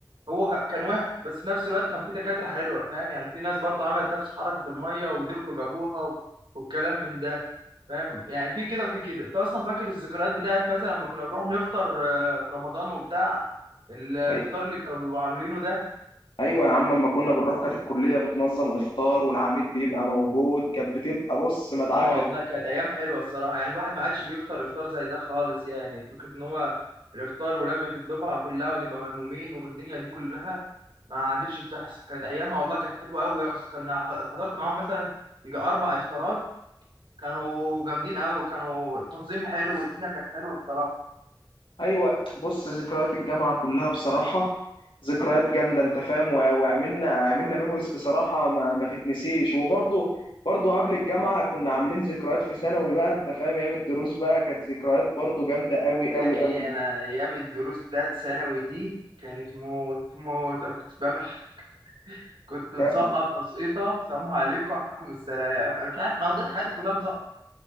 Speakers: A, on the right; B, on the left.
A: هو ك- كان وحش بس في نفس الوقت كان في دكاترة حلوة فاهم يعني في ناس برضه عملت نفس حركة المية ودخلوا جابوها و- والكلام من ده فاهم يعني في كده وفي كده انت اصلا فاكر الذكريات بتاعت مثلا لما كنا بنروح نفطر آه، في رمضان وبتاع ال- الافطار
B: أي...
A: اللي كانوا بيبقوا عاملينه ده
B: أيوة يا عم أما كنا بنروح كانت الكلية بتنظم إفطار والعميد بيبقى موجود كانت بتبقى بص مدعكة
A: اه والله كانت ايام حلوه الصراحه يعني الواحد ما عادش بيفطر افطار زي ده خالص يعني فكره ان هو الافطار ولمه الدفعه كلها ونبقى ملمومين والدنيا دي كلها ما عادتش بتحصل كانت ايامها والله كانت حلوه قوي يا اسطى كنا ح- حضرت معاهم مثلا يجي اربع افطارات كانوا جامدين قوي كانوا التنظيم حلو والدنيا كانت حلوه الصراحه
B: ايوه بص ذكريات الجامعه كلها بصراحه ذكريات جامده انت فاهم و- وعملنا عملنا ميموريز بصراحه ما, ما تتنسيش وبرضه برضه قبل الجامعه كنا عاملين ذكريات في ثانوي بقى انت فاهم ايام الدروس بقى كانت ذكريات برضه جامده قوي
A: بقول
B: قوي
A: لك ايه
B: قوي
A: انا ايام الدروس بتاعت ثانوي دي كانت موت موت أنا كنت بعمل ح- كنت مسقط
B: يا ابني
A: تسقيطه سلام عليكم وعليكم السلام انا مش عارف انا قضيت حياتي كلها مسقط